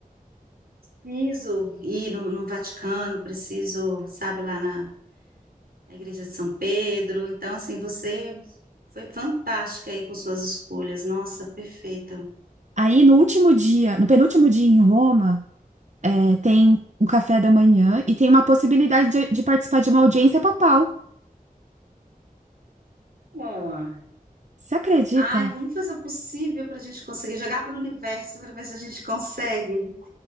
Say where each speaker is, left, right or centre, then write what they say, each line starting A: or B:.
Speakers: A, on the right; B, on the right.
A: Preciso ir no, no Vaticano, preciso, sabe, lá na na Igreja de São Pedro. Então, assim, você foi fantástica aí com suas escolhas. Nossa, perfeita.
B: Aí no último dia, no penúltimo dia em Roma, é, tem um café da manhã e tem uma possibilidade de, de participar de uma audiência papal.
A: Ó,
B: Você acredita?
A: Ai, vamos fazer o possível para a gente conseguir jogar para o universo para ver se a gente consegue.